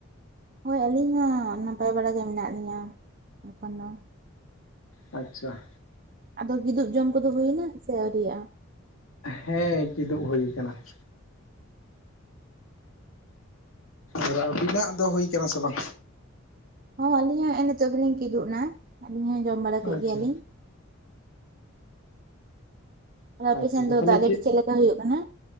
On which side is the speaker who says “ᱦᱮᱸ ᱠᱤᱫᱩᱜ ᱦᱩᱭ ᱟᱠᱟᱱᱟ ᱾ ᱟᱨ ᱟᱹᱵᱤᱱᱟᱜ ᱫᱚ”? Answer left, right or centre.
Left